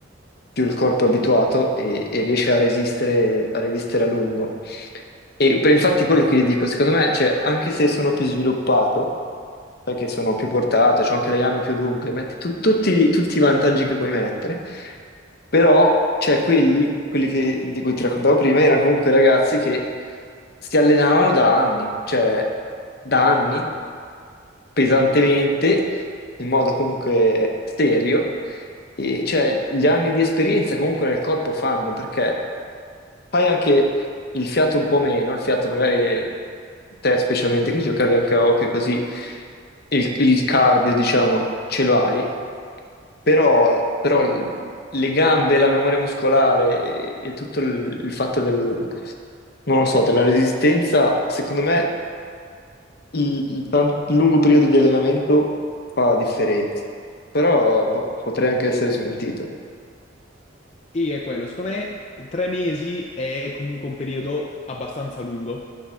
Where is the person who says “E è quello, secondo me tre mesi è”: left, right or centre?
Left